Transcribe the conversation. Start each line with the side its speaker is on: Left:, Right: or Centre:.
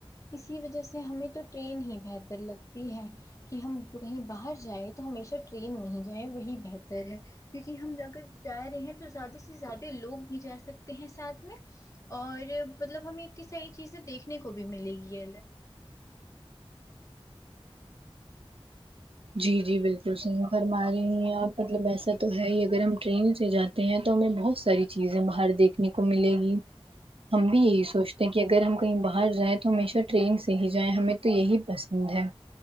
Left: اسی وجہ سے ہمیں تو ٹرین ہی بہتر لگتی ہے کہ ہم کہیں باہر جائیں تو ہمیشہ ٹرین وہیں جائیں وہی بہتر ہے کیونکہ ہم اگر جا رہے ہیں تو زیادہ سے زیادہ لوگ بھی جا سکتے ہیں ساتھ میں اور مطلب ہمیں اتنی ساری چیزیں دیکھنے کو بھی ملے گی
Right: جی جی بالکل صحیح فر ہمارے آپ مطلب ایسا تو ہے ہی اگر ہم ٹرین سے جاتے تے ہیں تو ہمیں بہت ساری چیزیں باہر دیکھنے کو ملے گی
Left: ہاں
Right: ہم بھی یہی سوچتے ہیں کہ اگر ہم کہیں باہر جائیں تو ہمیشہ ٹرین سے ہی جائیں ہمیں تو یہی پسند ہے